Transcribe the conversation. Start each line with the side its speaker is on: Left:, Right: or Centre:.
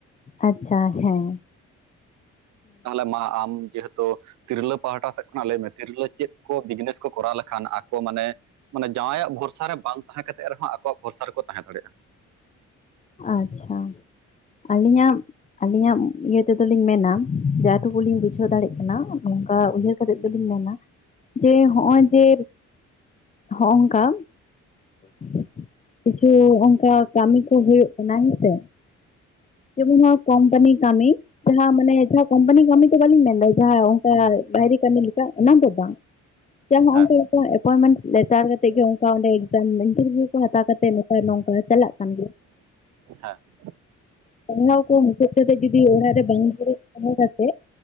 Left: ᱟᱪᱪᱷᱟ ᱦᱮᱸ,
Right: ᱛᱟᱦᱟᱞᱮ ᱢᱟ ᱟᱢ ᱡᱮᱦᱮᱛ ᱛᱚ ᱛᱤᱨᱞᱟᱹ ᱯᱟᱦᱴᱟ ᱥᱮᱫ ᱠᱷᱚᱱᱟᱜ ᱞᱟᱹᱭ ᱢᱮ ᱛᱤᱨᱞᱟᱹ ᱪᱮᱫ ᱠᱚ ᱵᱤᱡᱽᱱᱮᱥ ᱠᱚ ᱠᱚᱨᱟᱣ ᱞᱮᱠᱷᱟᱱ ᱟᱠᱚ ᱢᱟᱱᱮ ᱢᱟᱱᱮ ᱡᱟᱶᱟᱭᱟᱜ ᱵᱷᱚᱨᱥᱟ ᱨᱮ ᱵᱟᱝ ᱛᱟᱦᱮᱸ ᱠᱟᱛᱮᱫ ᱨᱮᱦᱚᱸ ᱟᱠᱚᱣᱟᱜ ᱵᱷᱚᱨᱥᱟ ᱨᱮᱠᱚ ᱛᱟᱦᱮᱸ ᱫᱟᱲᱮᱜᱼᱟ ᱾
Left: ᱟᱪᱪᱷᱟ ᱟᱹᱞᱤᱧᱟᱜ ᱟᱹᱞᱤᱧᱟᱜ ᱤᱭᱟᱹ ᱛᱮᱫᱚᱞᱤᱧ ᱢᱮᱱᱟ ᱡᱟ ᱴᱩᱠᱩ ᱞᱤᱧ ᱵᱩᱡᱷᱟᱹᱣ ᱫᱟᱲᱮᱜ ᱠᱟᱱᱟ ᱱᱚᱝᱠᱟ ᱩᱭᱦᱟᱹᱨ ᱠᱟᱛᱮᱜ ᱫᱚᱞᱤᱧ ᱢᱮᱱᱟ ᱡᱮ ᱦᱚᱜᱼᱚᱭ ᱡᱮ ᱦᱚᱜᱼᱚᱝᱠᱟ ᱾ <inaudible> ᱠᱤᱪᱷᱩ ᱚᱝᱠᱟ ᱠᱟᱹᱢᱤ ᱠᱚ ᱦᱩᱭᱩᱜ ᱠᱟᱱᱟ ᱦᱮᱸᱥᱮ ᱾ ᱡᱮᱢᱚᱱ ᱱᱟᱣᱟ ᱠᱳᱢᱯᱟᱱᱤ ᱠᱟᱹᱢᱤ ᱡᱟᱦᱟᱸ ᱢᱟᱱᱮ ᱡᱟᱦᱟᱸ ᱠᱚᱢᱯᱟᱱᱤ ᱠᱟᱹᱢᱤ ᱫᱚ ᱵᱟᱞᱤᱧ ᱢᱮᱱᱫᱟ ᱾ ᱡᱟᱦᱟᱸ ᱚᱝᱠᱟ ᱵᱟᱭᱨᱮ ᱠᱟᱹᱢᱤ ᱞᱮᱠᱟ ᱚᱱᱟᱫᱚ ᱵᱟᱝ ᱡᱟᱦᱟᱸ
Right: ᱦᱮᱸ
Left: ᱟᱢᱫᱚ ᱮᱯᱚᱭᱮᱱᱢᱮᱱᱴ ᱞᱮᱛᱟᱨ ᱨᱮ ᱛᱮ ᱜᱮ ᱚᱱᱠᱟ ᱚᱸᱰᱮ ᱮᱠᱡᱟᱢ ᱤᱱᱴᱟᱨᱵᱷᱤᱭᱩ ᱠᱚ ᱦᱟᱛᱟᱣ ᱠᱟᱛᱮᱫ ᱱᱚᱝᱠᱟ ᱱᱚᱝᱠᱟ ᱪᱟᱞᱟᱜ ᱠᱟᱱ ᱜᱮᱭᱟ ᱾
Right: <inaudible> ᱦᱮᱸ ᱾
Left: ᱯᱟᱲᱦᱟᱣ ᱠᱚ ᱢᱩᱪᱟᱹᱫ ᱠᱟᱛᱮ ᱡᱩᱫᱤ ᱚᱲᱟᱜ ᱨᱮ ᱵᱟᱝ ᱫᱩᱨᱩᱵ ᱛᱟᱦᱮᱸ ᱠᱟᱛᱮ ᱾